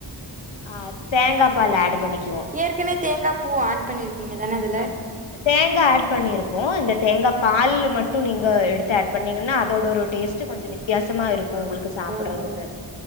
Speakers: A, on the left; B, on the right.
A: ஆ தேங்கா பால் ஆட் பண்ணிக்குவோ
B: ஏற்கனவே தேங்கா பூ ஆட் பண்ணியிருக்கீங்க தான அதுல
A: ஆ தேங்கா ஆட் பண்ணிருப்போ இந்த தேங்கா பால்லு மட்டு நீங்க எடுத்து ஆட் பண்ணீங்கன்னா அதோட ஒரு டேஸ்ட்டு கொஞ்ச வித்தியாசமா இருக்கு உங்ளுக் கு சாப்புட்றதுக்கு
B: ஓ ஓ